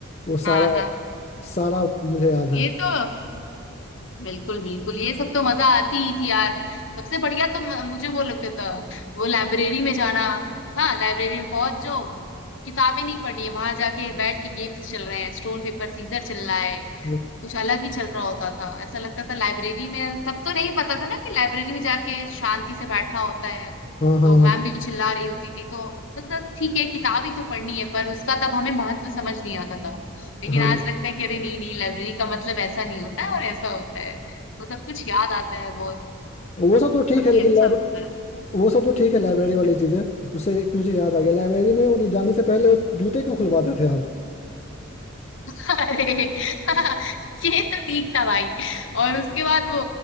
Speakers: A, on the left; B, on the left.
A: वो
B: हाँ
A: सारा
B: हाँ
A: सारा मुझे याद है
B: ये तो बिल्कुल बिल्कुल ये सब तो मजा आती ही थी यार सबसे बढ़िया तो म- मुझे वो लगता था वो लाइब्रेरी में जाना हाँ लाइब्रेरी में पहुंच जाओ किताबें नहीं पढ़नी है वहां जाके बैठ के गेम्स चल रहे हैं स्टोन पेपर सीजर चल रहा है
A: वो-
B: कुछ अलग ही चल रहा होता था ऐसा लगता था लाइब्रेरी में तब तो नहीं पता था ना कि लाइब्रेरी में जाके शांति से बैठना होता है
A: हाँ हाँ
B: तो मैम
A: हाँ
B: भी चिल्ला रही होती थी तो मतलब ठीक है किताब ही तो पढ़नी है पर उसका तब हमें महत्व समझ नहीं आता था लेकिन
A: हाँ
B: आज लगता है कि अरे नहीं नहीं लाइब्रेरी का मतलब ऐसा नहीं होता है और ऐसा होता है वो सब कुछ याद आता है बहुत
A: वो सब
B: तो
A: तो
B: काफी
A: ठीक है लेकिन
B: अच्छा
A: लाइब
B: होता है
A: वो सब तो ठीक है लाइब्रेरी वाली चीजें उससे एक मुझे याद आ गया लाइब्रेरी में मतलब जाने से पहले वो जूते क्यों खुलवाते थे यार
B: <laughs> अरे <laughs> ये तो ठीक था भाई और उसके बाद वो